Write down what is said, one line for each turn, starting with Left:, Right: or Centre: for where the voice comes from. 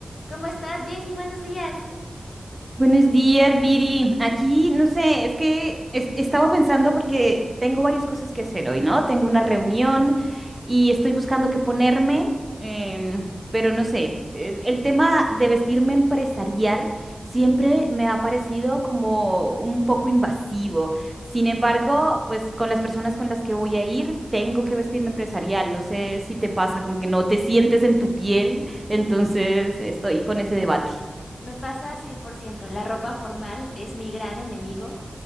Left: ¿Cómo estás, Jenny? Buenos días.
Right: Buenos días, Viri. Aquí, no sé, es que es- estaba pensando porque tengo varias cosas que hacer hoy, ¿no? Tengo una reunión y estoy buscando qué ponerme, em, pero no sé, el, el tema de vestirme empresarial siempre me ha parecido como un poco invasivo. Sin embargo, pues con las personas con las que voy a ir, tengo que vestirme empresarial. No sé si te pasa, como que no te sientes en tu piel, entonces estoy con ese debate.
Left: Me pasa 100%. La ropa formal es mi gran enemigo.